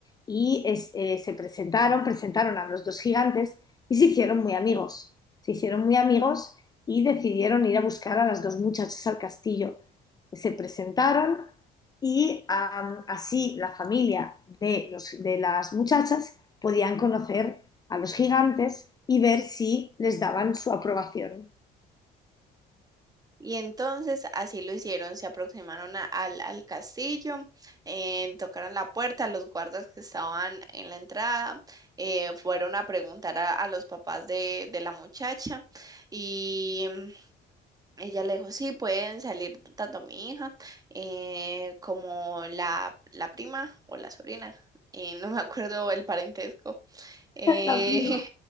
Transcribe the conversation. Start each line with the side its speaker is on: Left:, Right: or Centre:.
Left: y es- eh, se presentaron, presentaron a los dos gigantes y se hicieron muy amigos. Se hicieron muy amigos y decidieron ir a buscar a las dos muchachas al castillo. Se presentaron y am, así la familia de, los- de las muchachas podían conocer a los gigantes y ver si les daban su aprobación.
Right: Y entonces así lo hicieron, se aproximaron a- al, al castillo, eh, tocaron la puerta, los guardas que estaban en la entrada, eh, fueron a preguntar a, a los papás de, de la muchacha y mm, ella le dijo, sí, pueden salir tanto mi hija eh, como la, la prima o la sobrina, eh, no me acuerdo el parentesco. Eh,
Left: <laughs>